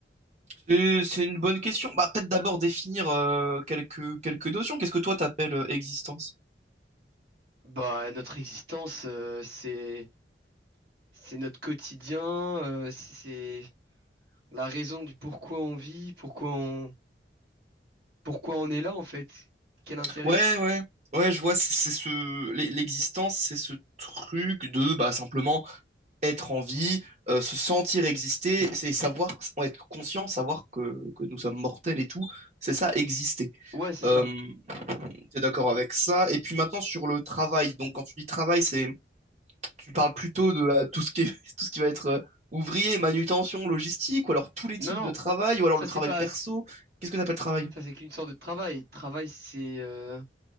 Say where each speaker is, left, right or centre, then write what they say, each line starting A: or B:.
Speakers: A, on the right (about 40°); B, on the right (about 60°).
A: C'est c'est une bonne question. Bah, peut-être d'abord définir euh, quelques, quelques notions. Qu'est-ce que toi, t'appelles euh, existence?
B: Bah, notre existence, euh, c'est... c'est notre quotidien, euh, c'est c'est la raison du pourquoi on vit, pourquoi on, pourquoi on est là en fait. Quel intérêt?
A: Ouais, ouais, ouais, je vois, c'est c'est ce, l'e- l'existence, c'est ce truc de, bah, simplement être en vie, euh, se sentir exister, c'est savoir, être conscient, savoir que, que nous sommes mortels et tout, c'est ça, exister.
B: Ouais, c'est
A: Euh,
B: ça.
A: t'es d'accord avec ça? Et puis maintenant sur le travail, donc quand tu dis travail, c'est, tu parles plutôt de euh, tout ce qui est- <laughs> tout ce qui va être euh, ouvrier, manutention, logistique, ou alors tous les
B: Non,
A: types
B: non,
A: de travail, ou alors
B: ça
A: le
B: c'est
A: travail
B: pas,
A: perso.
B: ça
A: Qu'est-ce que t'appelles travail?
B: c'est qu'une sorte de travail. Travail, c'est euh,